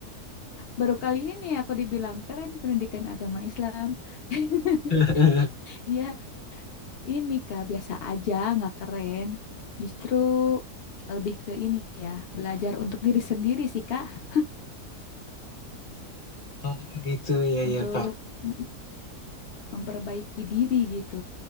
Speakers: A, on the left; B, on the left.
A: baru kali ini aku dibilang keren pendidikan agama Islam. <laughs>
B: <laughs>
A: Iya, ini Kak, biasa aja, nggak keren. Justru lebih ke ini ya, belajar untuk diri sendiri sih Kak,
B: Oh gitu ya
A: untuk
B: ya Kak.
A: m- memperbaiki diri gitu.